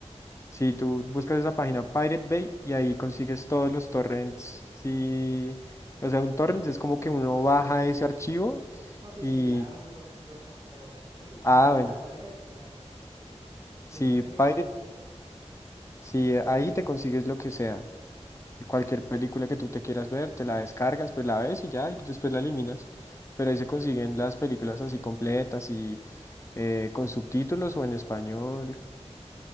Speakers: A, on the left; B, on the right.
A: Si tú buscas esa página Pirate Bay y ahí consigues todos los torrents. Sí, o sea, un torrent es como que uno baja ese archivo
B: No, sí,
A: y,
B: sí, a torrent sí lo conozco, pero Pirate
A: ah,
B: Bay,
A: bueno,
B: o sea, Bahía del Pirata,
A: si
B: de pirate bay
A: Pirate,
B: piratebay.co.
A: si ahí te consigues lo que sea, cualquier película que tú te quieras ver, te la descargas, pues la ves y ya, y después la eliminas. Pero ahí se consiguen las películas así completas y eh, con subtítulos o en español.